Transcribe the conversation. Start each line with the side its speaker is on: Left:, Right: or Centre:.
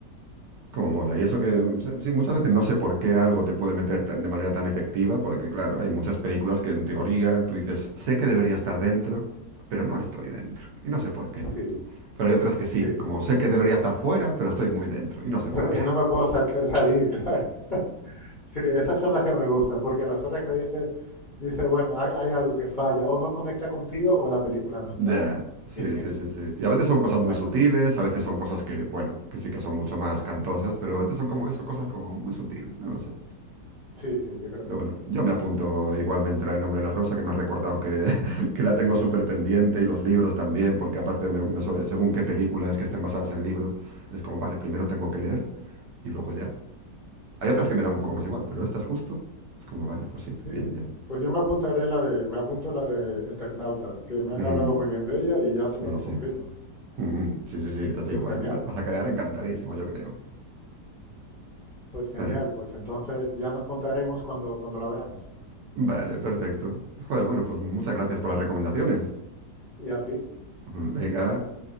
Right: Como mola. Y eso que, sí, muchas veces no sé por qué algo te puede meter tan- de manera tan efectiva, porque claro, hay muchas películas que en teoría tú dices, sé que debería estar dentro, pero no estoy dentro. Y no sé por qué.
Left: Sí,
Right: Pero hay otras que sí,
Left: sí.
Right: como sé que debería estar fuera, pero estoy muy dentro. Y no sé por
Left: Pero
Right: qué.
Left: y no me puedo sa- <laughs> salir, claro. Sí, esas son las que me gustan, porque las otras que dice, dice, bueno, hay, hay algo que falla, o no conecta contigo, o la película no está
Right: <laughs> Ya, sí,
Left: bien hecha.
Right: sí, sí, sí. Y a veces son cosas
Left: Es
Right: muy
Left: algo.
Right: sutiles, a veces son cosas que, bueno, que sí que son mucho más cantosas, pero a veces son como eso, cosas como muy sutiles, no lo sé.
Left: Sí, sí, yo creo
Right: Pero
Left: que
Right: bueno,
Left: sí.
Right: yo me apunto igualmente la de Nombre de la Rosa, que me has recordado que, <laughs> que la tengo súper pendiente y los libros también, porque aparte, me- me suele- según qué películas que estén basadas en libros, es como, vale, primero tengo que leer y luego ya. Hay otras que me dan un poco más igual, pero estas justo. Es como, vale, pues sí,
Left: Sí,
Right: bien, bien.
Left: pues yo me apuntaré la de, me apunto la de Eternauta, que me han
Right: Mm,
Left: hablado muy bien de ella y ya tú
Right: sí,
Left: me lo
Right: sí.
Left: confirmas.
Right: Mm, mm, sí, sí, sí, ya te
Left: Pues
Right: digo, vas,
Left: genial,
Right: vas- vas a quedar encantadísimo, yo creo.
Left: pues genial,
Right: Ahí.
Left: pues entonces ya nos contaremos cuando, cuando la veamos.
Right: Vale, perfecto. Joder, bueno, pues muchas gracias por las recomendaciones.
Left: Y a ti,
Right: <laughs> Venga,